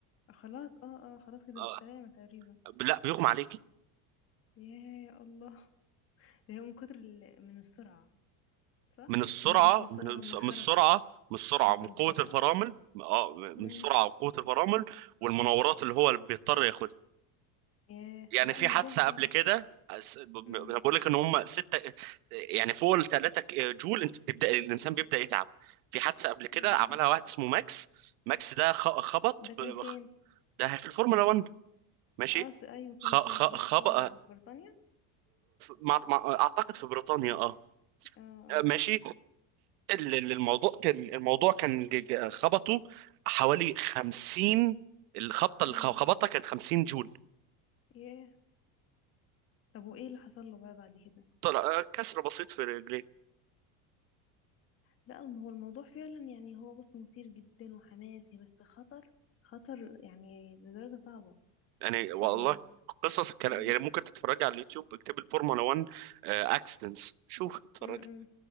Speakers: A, on the left; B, on the right.
A: خلاص اه اه خلاص كده
B: آه،
A: بالسلامة تقريبا
B: لا بيغمى عليكي
A: ياه يا الله <laughs> هي من كتر ال- من السرعة صح
B: من السرعة
A: م- مش من السرعة
B: من الس-
A: من الحركة
B: من السرعة من السرعة
A: حركة
B: من
A: مفاجأة
B: قوة الفرامل اه من
A: امم
B: السرعة وقوة الفرامل والمناورات اللي هو اللي بيضطر ياخدها
A: ياه
B: يعني
A: ده
B: في
A: الموضوع
B: حادثة
A: فعلا
B: قبل كده أس- ب-
A: امم
B: ب- انا بقول لك ان هم ستة يعني فوق ال 3 جول انت بتبدا الانسان بيبدا يتعب في حادثة قبل كده
A: امم
B: عملها واحد اسمه ماكس ماكس ده خ- خبط
A: ده كان
B: ب-
A: فين
B: بخ- ده في الفورمولا 1 ماشي
A: قصدي ايوه كان
B: خ-
A: في
B: خ-
A: السباق
B: خبط
A: فين يعني في بريطانيا
B: مع- مع- اعتقد في بريطانيا اه
A: اه اه
B: ماشي ال- ال- الموضوع كان الموضوع كان ج- ج- خبطه حوالي 50 الخبطة اللي
A: امم
B: خ- خبطها كانت 50 جول
A: ياه طب وايه اللي حصل له بقى بعد كده
B: طلع آه، كسر بسيط في رجليه
A: لا ما هو الموضوع فعلا يعني هو بص مثير جدا وحماسي بس خطر خطر يعني لدرجة صعبة
B: يعني والله
A: يعني
B: قصص كان
A: امم
B: يعني ممكن تتفرج على اليوتيوب اكتب الفورمولا 1 اكسيدنتس شوف اتفرج
A: امم